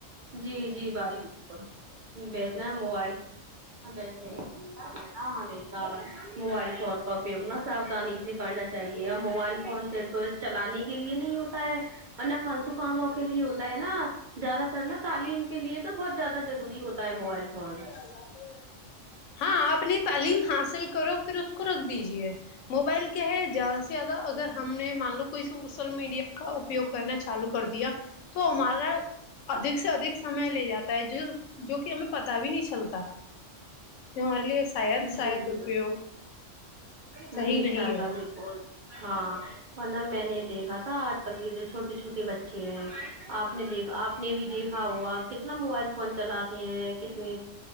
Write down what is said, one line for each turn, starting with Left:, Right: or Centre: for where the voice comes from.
Right: جی جی بائی بالکل بیچنا ہے موبائل وسے <inaudible> موبائل فون کا اپیوگ نہ سبادھنی سے کرنا چاہیے اب موبائل فون سے تو چلانے کے لیے نہیں ہوتا ہے اور نہ فالتو کاموں کے لیے ہوتا ہے نا زیادہ تر نا تعلیم کے لیے تو بہت زیادہ ضروری ہوتا ہے موبائل فون
Left: <unintelligible> ہاں اپنی تعلیم حاصل کرو پھر اس کو رکھ دیجیے موبائل کیا ہے زیادہ سے زیادہ اگر ہم نے مان لو کوئی سوشل میڈیا کا اپیوگ کرنا چالو کر دیا تو ہمارا ادیک سے ادیک سمے لے جاتا ہے جو جو کہ ہمیں پتا بھی نہیں چلتا یہ ہمارے لیے شاید
Right: جی
Left: شاید
Right: جی
Left: درپیوگ
Right: جی
Left: صحیح
Right: انشاء
Left: نہیں
Right: اللہ
Left: ہے
Right: ہاں اور نا میں نے دیکھا تھا آج کل کے جو چھوٹے چھوٹے بچے ہیں آپ نے دیکھا آپ نے بھی دیکھا ہوگا کتنا موبائل فون چلاتے ہیں کتنے